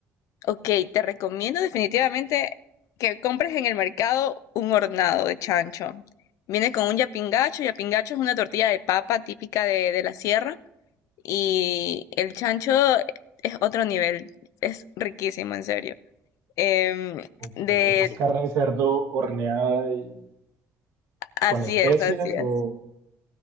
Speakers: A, on the left; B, on the right.
A: Ok, te recomiendo definitivamente que compres en el mercado un hornado de chancho. Viene con un yapingacho. Yapingacho es una tortilla de papa típica de, de la sierra. Y el chancho es otro nivel. Es riquísimo, en serio. Em,
B: Ok,
A: de,
B: ¿es carne de cerdo horneada y
A: así
B: con especias
A: es, así es.
B: o